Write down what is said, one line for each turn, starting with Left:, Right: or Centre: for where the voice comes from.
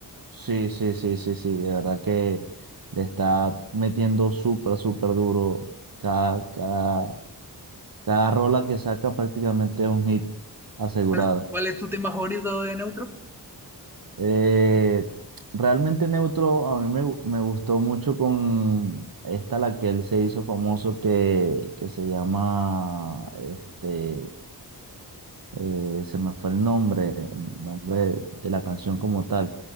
Right: sí, sí, sí, sí, sí, de verdad que le está metiendo súper, súper duro cada, cada Cada rola que saca prácticamente es un hit asegurado.
Centre: ¿Cuál, cuál es tu tema favorito de Neutro?
Right: Eh, realmente Neutro a mí me, gu- me gustó mucho con esta, la que él se hizo famoso, que, que se llama, este, eh, se me fue el nombre, el nombre de la canción como tal.